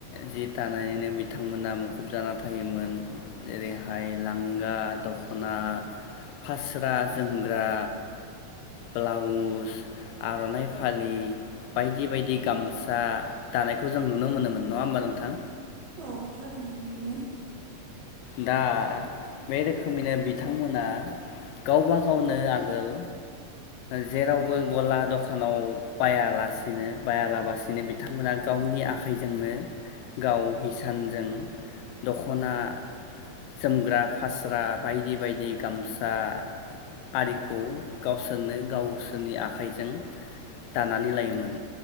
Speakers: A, on the left; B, on the right.
A: जि दानायनिनो बिथांमोना मुखुब जाना थायोमोन जेरैहाय लांगा दखना फास्रा जोमग्रा ब्लाउस आरनाइ फालि बायदि बायदि गामसा दानायखौ जों नुनो मोनोमोन नङा होमबा नोंथां
B: औ थारैनो लुयोमोन
A: दा बे रोखोमैनो बिथांमोना गावबा गावनो आगोल जेरावबो गला दखानाव बायालासिनो बायालाबासिनो बिथांमोना गावनि आखाइजोंनो गाव हिसानजों दखना जोमग्रा फास्रा बायदि बायदि गामसा आरिखौ गावसोरनो गावसोरनि आखाइजों दानानै लायोमोन